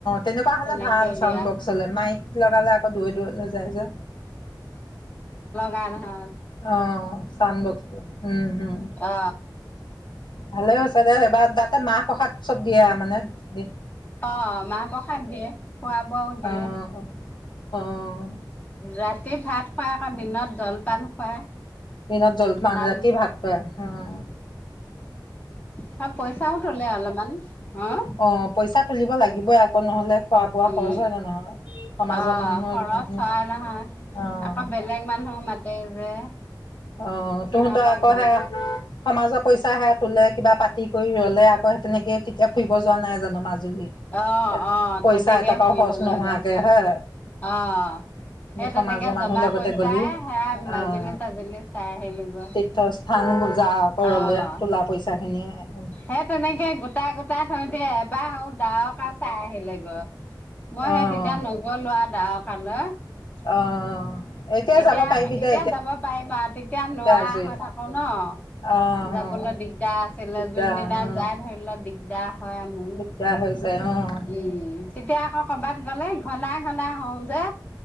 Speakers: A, on the left (about 80°); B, on the left (about 20°).
A: তেনেকুৱা হলে
B: তেনেকে
A: ভাল চাউন
B: দিয়া
A: বক্স হলে মাইক লগালে আকৌ দৈ দৈ যায় যে।
B: গান হা
A: অ চা উন বক্ম উম উম
B: অ
A: ভালে আ ততে সেইবাৰ তাতে মাহ প্ৰসাদ চব দিয়ে আৰু মানে দিন
B: অ মাহ প্ৰসাদ দিয়ে খোৱা ব দিয়ে
A: অ', অ',
B: ৰাতি এই ভাত খাই আকৌ দিনত জলপান খুৱাই।
A: দিনত জলপান
B: নাম
A: ৰাতি ভাত খুৱাই আহ।
B: হ পইচাও তলে অলপমান হা
A: অ', পইচা তুলিব লাগিবই
B: উ
A: আকৌ নহ'লে খোৱা বোৱা খৰচ
B: উম
A: হয় নে নহয়। সমাজৰ
B: অ
A: মানুহে
B: খৰচ
A: গোটেইখিনি
B: চোৱা নহয়
A: অ',
B: আকৌ বেলেগ মানুহ মাতে যে।
A: অ
B: সিহঁতক
A: তহঁতৰ আকৌ
B: দে
A: হে সমাজৰ পইচা হে তোলে কিবা পাতি কৰি ৰলে আকৌ সে তেনেকে। তেতিয়া ফুৰিব যোৱা নাই জানো মাজুলীত
B: অ'
A: এ
B: অ'
A: পইচা
B: তেনেকে
A: এটকাও
B: ফুৰিবলৈ
A: খৰচ নোহোৱাকে
B: গৈছে
A: হে
B: অ' সেই তেনেকে
A: সমাজৰ
B: জমা
A: মানুহৰ লগতে
B: পইচাই
A: গলি
B: সেয়া মাজুলী
A: আহ।
B: চাজুলী চাই আহিলোগৈ
A: তীৰ্থস্থান পূজা কৰলে
B: অ'
A: তোলা পইচা খিনিয়ে
B: সেই তেনেকে গোটাই গোটাই থৈ দে বাহ হ দাৱ ক চাই আহিলে গৰ মই সেই
A: অঁ
B: তেতিয়া নগ লোৱা দা <unintelligible>
A: অঁ
B: এতিয়া
A: যাব পাৰিবি
B: - এতিয়া
A: দে
B: যাব পাৰিম আৰু তেতিয়া
A: এতিয়া
B: নোৱাৰা
A: আজৰি
B: হৈ থাকো ন
A: অঁ
B: যাবলৈ
A: অঁ
B: দিগদাৰ আছিলে
A: দিগদাৰ
B: যোনদিনা
A: অঁ
B: যাই ধৰি ল দিগদাৰ হয় মোৰ
A: দিগদাৰ হৈ যায় অঁ
B: উম। তেতিয়া আকৌ কৰবাত গ'লে ঘনাই ঘনাই হওঁ যে